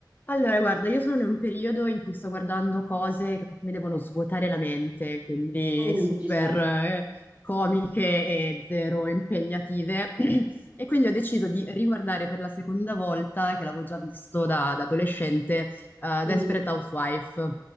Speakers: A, on the left; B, on the right.
A: Allora, guarda, io sono in un periodo in cui sto guardando cose che proprio mi devono svuotare la mente, quindi
B: Mm,
A: super
B: ci sta.
A: eh, comiche e zero impegnative. <clears throat> E quindi ho deciso di riguardare per la seconda volta, che l'avevo già visto da, da adolescente, eh, Desperate
B: Mhm.
A: Housewife.